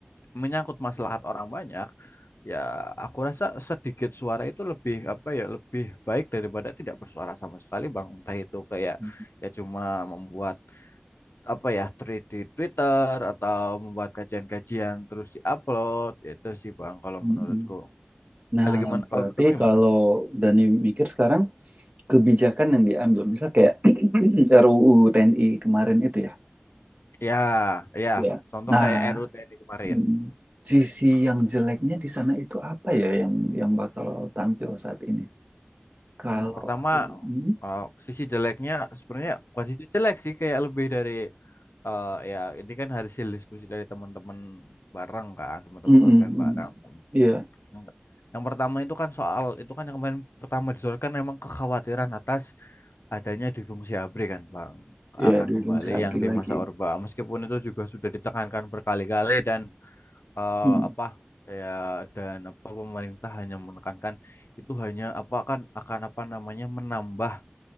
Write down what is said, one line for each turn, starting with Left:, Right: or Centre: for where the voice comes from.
Left: menyangkut maslahat orang banyak, ya aku rasa sedikit suara itu lebih apa ya lebih baik daripada tidak bersuara sama sekali, Bang. Entah itu kayak
Right: hmm,
Left: ya cuma membuat apa ya tweet di Twitter atau membuat kajian-kajian terus diupload itu sih Bang kalau
Right: hmm,
Left: menurutku.
Right: hmm. Nah,
Left: Kalau gimana?
Right: berarti
Left: Kalau menurut Abang gimana?
Right: kalau Dani mikir sekarang kebijakan yang diambil, misal kayak <clears throat> RUU TNI kemarin itu ya.
Left: Ya, ya.
Right: Ya.
Left: Contoh
Right: Nah,
Left: kayak RUU TNI kemarin.
Right: Hmm. Sisi yang jeleknya di sana itu apa ya yang yang bakal tampil saat ini? Kalau
Left: Hmm, pertama
Right: aku, hmm?
Left: uh, sisi jeleknya sebenarnya bukan sisi jelek sih kayak lebih dari eh, ya ini kan hasil diskusi dari teman-teman bareng kan, teman-teman
Right: Mm, mm,
Left: organ
Right: mm.
Left: bareng.
Right: Iya,
Left: Yang, yang pertama itu kan soal itu kan yang kemarin pertama disodorkan memang kekhawatiran atas adanya difungsi ABRI kan Bang
Right: iya
Left: akan
Right: Dwi
Left: kembali
Right: Fungsi Abri
Left: yang di
Right: lagi.
Left: masa Orba meskipun itu juga sudah ditekankan berkali-kali dan eh,
Right: Mm,
Left: apa ya dan apa pemerintah hanya menekankan itu hanya apa akan akan apa namanya menambah